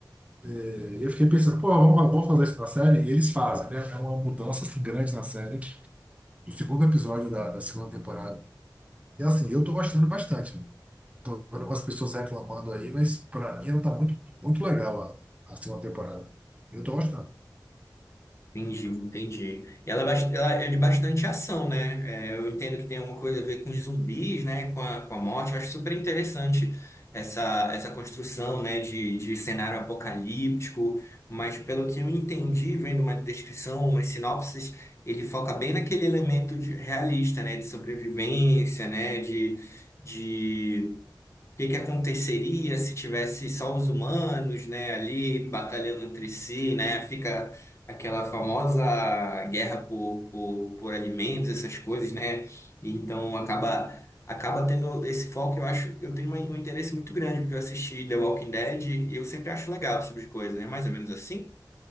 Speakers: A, on the right; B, on the left.
A: É, E eu fiquei pensando, pô, vamos, vamos fazer isso na série? E eles fazem, né? É uma mudança assim, grande na série, no segundo episódio da, da segunda temporada. E assim, eu tô gostando bastante. né? Tô vendo algumas pessoas reclamando aí, mas pra mim não tá muito, muito legal a, a segunda temporada. Eu tô gostando.
B: Entendi, entendi. E ela, é bast- ela é de bastante ação, né? É, eu entendo que tem alguma coisa a ver com os zumbis, né? Com a, com a morte. Eu acho super interessante essa, essa construção, né? De, de cenário apocalíptico. Mas pelo que eu entendi, vendo uma descrição, umas sinopses, ele foca bem naquele elemento de- realista, né? De sobrevivência, né? De, de o que que aconteceria se tivesse só os humanos, né, ali batalhando entre si, né? Fica aquela famosa guerra por, por, por alimentos, essas coisas, né? Então acaba acaba tendo esse foco, eu acho, eu tenho um um interesse muito grande porque eu assisti The Walking Dead e eu sempre acho legal esse tipo de coisa, né? Mais ou menos assim.